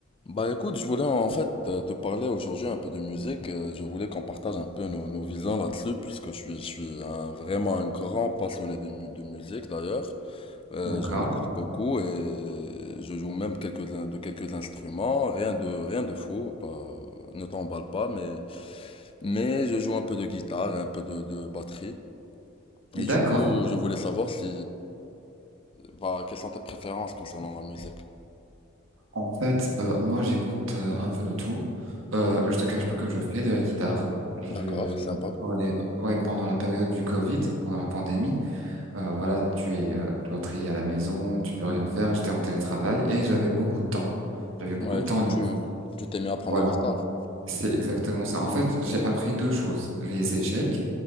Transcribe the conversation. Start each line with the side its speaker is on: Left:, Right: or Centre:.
Left: Bah écoute, je voulais en fait euh, te parler aujourd'hui un peu de musique. euh, Je voulais qu'on partage un peu nos, nos visions là-dessus, puisque je suis, je suis un- vraiment un grand passionné de, mu- de musique d'ailleurs. Euh,
Right: D'accord.
Left: j'en écoute beaucoup et je joue même quelques, de quelques instruments. Rien de, rien de fou, bah ne t'emballe pas, mais, mais je joue un peu de guitare et un peu de, de batterie.
Right: D'accord.
Left: Et du coup, je voulais savoir si, bah, quelles sont tes préférences concernant la musique.
Right: En fait, euh, moi, j'écoute euh, un peu de tout. Euh, je te cache pas que je fais de la guitare. Je,
Left: D'accord, sympa.
Right: ouais, ouais, pendant la période du Covid, pendant la pandémie, euh, voilà, tu es euh, cloîtré à la maison, tu peux rien faire. J'étais en télétravail et j'avais beaucoup de temps. J'avais beaucoup
Left: Ouais,
Right: de
Left: du
Right: temps
Left: coup,
Right: libre.
Left: tu tu t'es mis à prendre
Right: Voilà,
Left: la guitare.
Right: c'est exactement ça. En fait, j'ai appris deux choses, les échecs